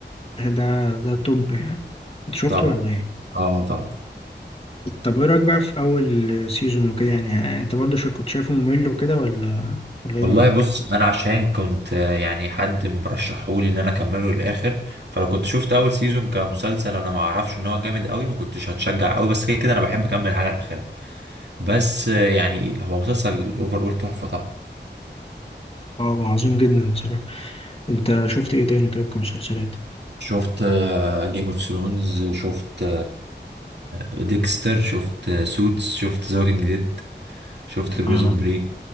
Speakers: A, on the left; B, on the right.
A: ده ده توب يعني انت شفته
B: طبعا
A: ولا ايه؟
B: اه طبعا
A: طب ايه رأيك بقى في أول سيزون وكده يعني أنت برضه شا- كنت شايفه ممل وكده ولا ولا ايه
B: والله
A: رأيك؟
B: بص انا عشان كنت آه، يعني حد مرشحولي ان انا اكمله للاخر فلو كنت شفت اول سيزون كمسلسل انا ما اعرفش ان هو جامد قوي ما كنتش هتشجع قوي بس كده كده انا بحب اكمل حاجه الاخيره بس آه، يعني هو مسلسل اوفر تحفه طبعا
A: اه عظيم جدا بصراحة أنت شفت ايه تاني طيب كمسلسلات؟
B: شفت جيم اوف ثرونز شفت ديكستر شفت سوتس شفت ذا ووكينج ديد شفت بريزون
A: اه
B: بريك